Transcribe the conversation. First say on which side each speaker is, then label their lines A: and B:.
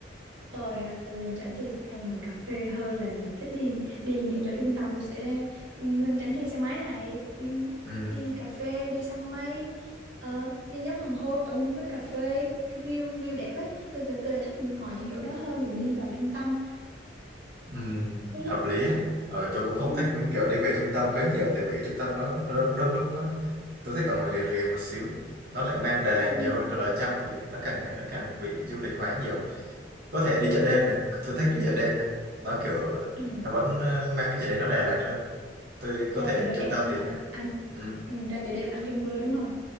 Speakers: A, on the right (about 75°); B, on the right (about 55°).
A: tôi hả tôi lên trển tôi hay ngồi cà phê hơn là thích đi đi những chỗ trung tâm tôi sẽ ừ, lên trển thuê xe máy này ừ,
B: ừ.
A: đi cà phê đi săn mây ờ, đi ngắm hoàng hôn ở những quán cà phê cái view view đẹp ấy tôi tôi, tôi lại thích những ngồi những chỗ đó hơn là đi vào trung tâm
B: Ừ,
A: đúng
B: hợp
A: không
B: lý á. Ừ, tôi cũng không
A: ừ,
B: thích kiểu đi về trung tâm quá nhiều tại vì ở trung tâm nó, nó đông đúc quá. Tôi thích ở ngoài rìa rìa một xíu. Nó lại mang Đà Lạt
A: đúng
B: nhiều
A: rồi
B: hơn. Còn ở trong thì nó càng ngày nó càng bị du lịch hóa nhiều. Có thể đi chợ đêm này. Tôi thích đi chợ đêm nha. Nó kiểu
A: ừ.
B: nó vẫn ờ, mang cái chợ đấy nó Đà Lạt hơn. Tôi có
A: ra
B: thể
A: chợ đêm
B: trung
A: em
B: tâm
A: à,
B: thì
A: ăn
B: ừ,
A: ừ, ra chợ đêm ăn kem bơ đúng không